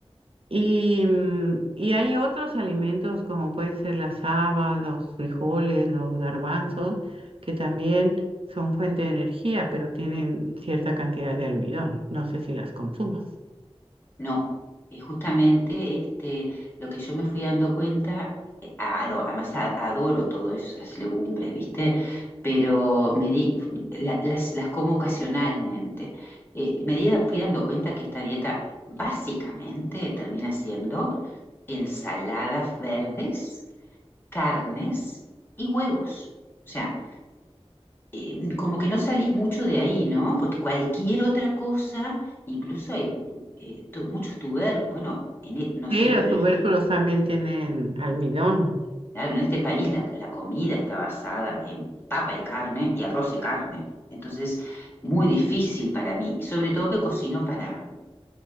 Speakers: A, on the right; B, on the left.
A: Y, mm, y hay otros alimentos como puede ser las habas, los frijoles, los garbanzos, que también son fuente de energía, pero tienen cierta cantidad de almidón. No sé si las consumas.
B: No, y justamente este, lo que yo me fui dando cuenta, eh, ado- además a- adoro todas esas legumbres, ¿viste? Pero me di, la- las, las como ocasionalmente. Eh, me di- fui dando cuenta que esta dieta básicamente termina siendo ensaladas verdes, carnes y huevos. O sea, eh, como que no salís mucho de ahí, ¿no? Porque cualquier otra cosa, incluso hay eh, tu- muchos tubérculos. bueno, en e- no
A: Sí,
B: sé,
A: los
B: pero
A: tubérculos
B: en,
A: también tienen almidón
B: claro, en este país la, la comida está basada en papa y carne y arroz y carne. Entonces, muy difícil para mí, y sobre todo que cocino para,